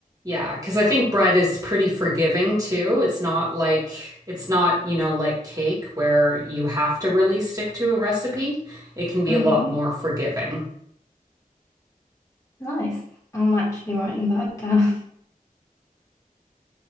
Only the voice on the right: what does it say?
Yeah, because I think bread is pretty forgiving too. It's not like it's not, you know, like cake where you have to really stick to a recipe. It can be
a lot more forgiving.